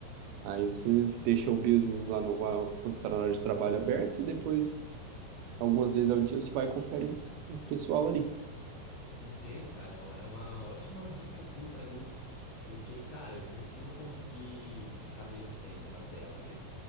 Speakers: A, on the right; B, on the left.
A: Aí você deixa o business lá no, a- quando está na hora de trabalho aberto, e depois, algumas vezes ao dia, você vai e confere um, um pessoal ali.
B: Entendo, cara. É é uma ótima dica, sim, pra mim, porque, cara, eu preciso conseguir ficar menos tempo na tela, né?